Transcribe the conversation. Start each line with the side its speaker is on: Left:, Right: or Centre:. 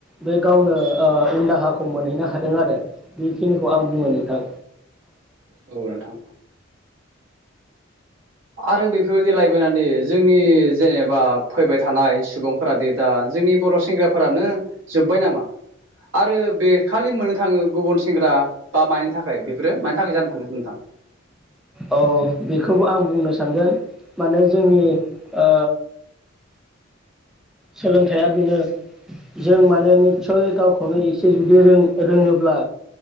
Centre: बे गावनो उन दाहाखौ मोनहैनो हादों आरो बेखिनिखौ खौ आं बुङो नोंथां
Right: औ नोंथां आरो बेफोरबायदि लायमोनानो जोंनि जेनेबा फैबाय थानाय सुबुंफोरादे दा जोंनि बर' सेंग्राफोरानो जोब्बाय नामा आरो बे खालि मोननो थाङो गुबुन सेंग्रा बा मानि थाखाय बेफोरो मानि थाखाय जानो थाङो नोंथां?
Centre: औ बेखौबो आं बुंनो सानगोन माने जोंनि ओ सोलोंथाइया बेनो जों माने निस्सय गावखौनो एसे जुदि रोङोब्ला